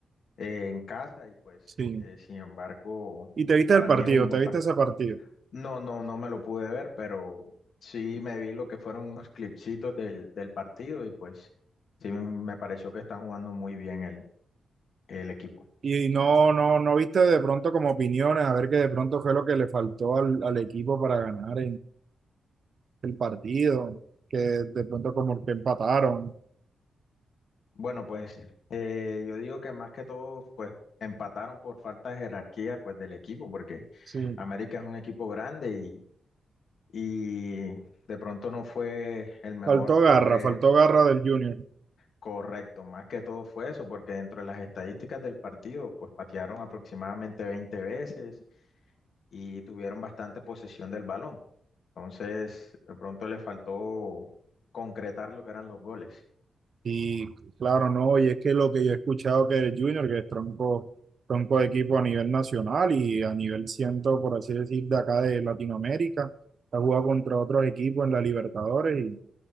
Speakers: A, on the left; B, on the right.
A: eh, en casa y pues,
B: Sí.
A: eh, sin embargo,
B: Y te viste
A: para
B: el partido,
A: mí es un buen
B: te viste
A: partido.
B: ese partido.
A: No, no, no me lo pude ver, pero sí me vi lo que fueron unos clipsitos del, del partido y pues sí me pareció que están jugando muy bien el el equipo.
B: Y no, no, no viste de pronto como opiniones, a ver qué de pronto fue lo que le faltó al, al equipo para ganar el partido, que de pronto como que empataron.
A: Bueno, pues eh, yo digo que más que todo, pues empataron por falta de jerarquía pues del equipo, porque
B: Sí,
A: América es un equipo grande y, y de pronto no fue el mejor
B: faltó garra,
A: eh,
B: faltó garra del Junior.
A: correcto. Más que todo fue eso, porque dentro de las estadísticas del partido, pues patearon aproximadamente 20 veces y tuvieron bastante posesión del balón. Entonces, de pronto le faltó concretar lo que eran los goles.
B: Y claro, no, y es que lo que yo he escuchado que el Junior, que es tronco, tronco de equipo a nivel nacional y a nivel ciento, por así decir, de acá de Latinoamérica, ha jugado contra otros equipos en la Libertadores. Y,